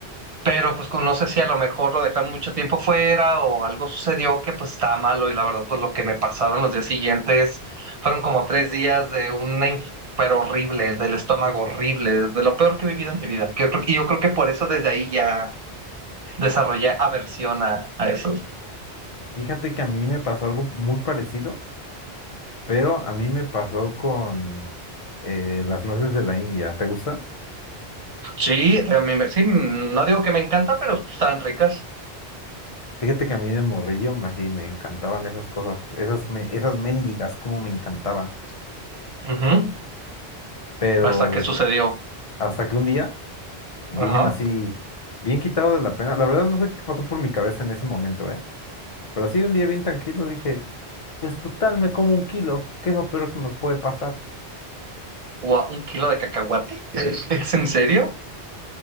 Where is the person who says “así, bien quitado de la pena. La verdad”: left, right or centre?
Left